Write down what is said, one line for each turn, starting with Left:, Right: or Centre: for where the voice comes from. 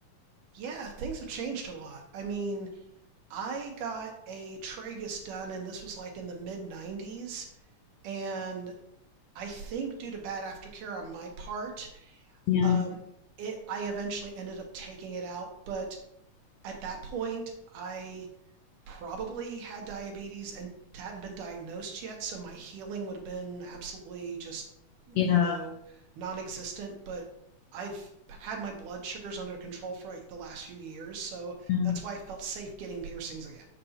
Right: Yeah, things have changed a lot. I mean, I got a tragus done, and this was like in the mid 90s. And I think due to bad aftercare on my part,
Left: Yeah,
Right: um, it I eventually ended up taking it out. But at that point, I probably had diabetes and hadn't been diagnosed yet, so my healing would have been absolutely just,
Left: yeah,
Right: you know, non-existent. But I've had my blood sugars under control for like the last few years, so
Left: yeah,
Right: that's why I felt safe getting piercings again.